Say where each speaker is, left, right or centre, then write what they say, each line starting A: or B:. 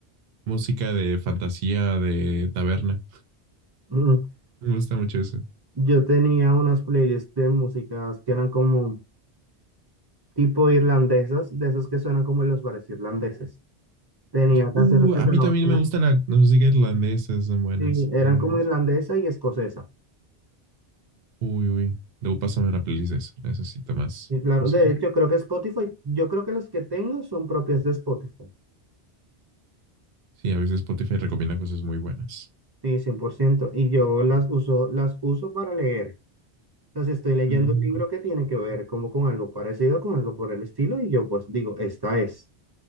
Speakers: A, on the right; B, on the right.
A: música de fantasía, de taberna.
B: Mm,
A: Me gusta mucho eso.
B: Yo tenía unas playlists de músicas que eran como tipo irlandesas, de esas que suenan como en los bares irlandeses. Tenía canciones
A: Uh,
B: que
A: a
B: sonaban,
A: mí también me gusta la, la música irlandesa, son buenas,
B: sí, eran
A: son buenas.
B: como irlandesa y escocesa.
A: Uy, uy. Debo pasarme la playlist de eso. Necesito más
B: Sí, claro.
A: música.
B: De hecho, creo que Spotify, yo creo que las que tengo son propias de Spotify.
A: Sí, a veces Spotify recomienda cosas muy buenas.
B: Sí, cien por ciento Y yo las uso, las uso para leer. Entonces, estoy leyendo
A: Mm,
B: un libro que tiene que ver como con algo parecido, con algo por el estilo, y yo pues digo, esta es.